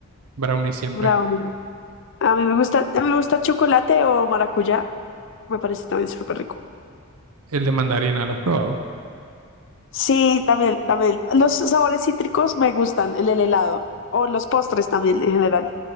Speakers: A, on the right; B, on the left.
A: brownie siempre.
B: Bravo. A mí me gusta, a mí me gusta chocolate o maracuyá, me parece también súper rico.
A: El de mandarina, ¿lo has probado?
B: Sí, también, también. Los sabores cítricos me gustan en el helado o los postres también en general.